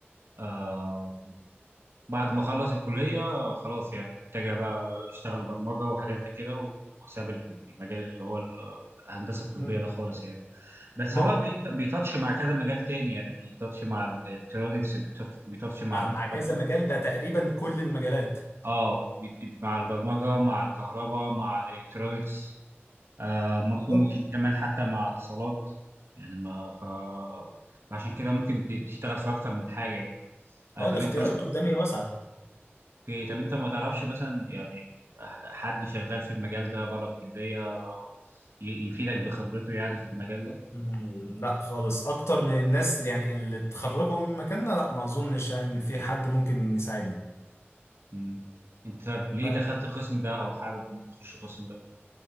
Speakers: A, on the right; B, on the left.
A: آه بعد ما خلص الكلية آه، خلاص يعني اتجه بقى اشتغل برمجة وحاجات زي كده و- وساب المجال اللي هو ال- الهندسة الطبية
B: مم.
A: ده خالص يعني بس
B: ما
A: هو
B: هو-
A: بيت- بيتاتش مع كذا مجال تاني يعني بيتاتش مع الالكترونيكس بيتاتش بيتاتش مع
B: مع
A: الكهرباء
B: مع كذا مجال ده تقريبا كل المجالات
A: اه وبي- مع البرمجة مع الكهرباء مع الالكترونيكس آه، مك-
B: بالظبط
A: ممكن كمان حتى مع اتصالات يعني ما ف... فعشان كده ممكن ت- تشتغل في اكتر من حاجه يعني. آه،
B: اه
A: طب
B: الاختيارات
A: انت
B: قدامي واسعه
A: اوكي طب انت ما تعرفش مثلا يعني حد شغال في المجال ده بره الكليه ي- يفيدك بخبرته يعني في المجال ده
B: مم، لا خالص اكتر من الناس يعني اللي اتخرجوا من مكاننا لا ما اظنش يعني ان في حد ممكن يساعدنا
A: مم. انت طب ليه
B: ما
A: دخلت القسم ده او حابب انت تخش القسم ده